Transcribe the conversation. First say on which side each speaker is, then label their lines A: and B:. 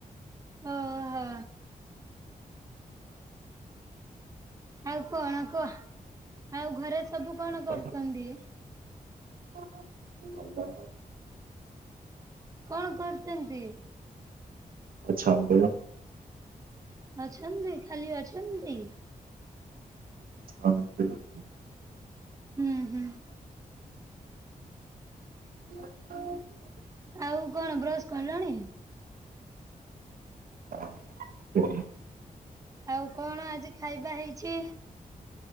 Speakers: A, on the right; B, on the right.
A: ଓ ହୋ। ଆଉ କଣ କୁଅ। ଆଉ ଘରେ ସବୁ କଣ
B: ଆପଣ
A: କରୁଚନ୍ତି?
B: ଭଲ।
A: କଣ କରୁଛନ୍ତି?
B: ଆଚ୍ଛା ଦଳ।
A: ଅଛନ୍ତି ଖାଲି ଅଛନ୍ତି।
B: <unintelligible>
A: ଉଁ ହୁଁ।
B: <inaudible>
A: ଆଉ କଣ ବ୍ରଶ କିଲଣି?
B: ହଁ <unintelligible>
A: ଆଉ କଣ ଆଜି ଖାଇବା ହେଇଛି?